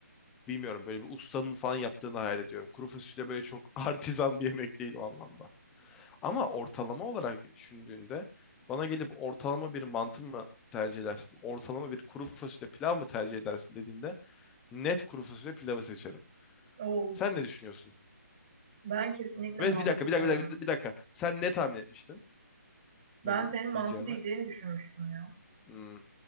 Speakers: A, in the centre; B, on the right (about 30°).
A: bilmiyorum böyle bir ustanın falan yaptığını hayal ediyorum. Kuru fasulye böyle çok <laughs> artizan bir yemek değil o anlamda. Ama ortalama olarak düşündüğünde bana gelip ortalama bir mantı mı tercih edersin? Ortalama bir kuru fasulye pilav mı tercih edersin dediğinde net kuru fasulye pilavı seçerim.
B: Oo,
A: Sen ne düşünüyorsun?
B: ben kesinlikle
A: Ve
B: mantı
A: bir dakika, bir
B: diyorum.
A: dakika, bir dakika, bir dakika. Sen ne tahmin etmiştin
B: Ben
A: benim
B: senin mantı
A: diyeceğime?
B: diyeceğini düşünmüştüm ya.
A: Hmm.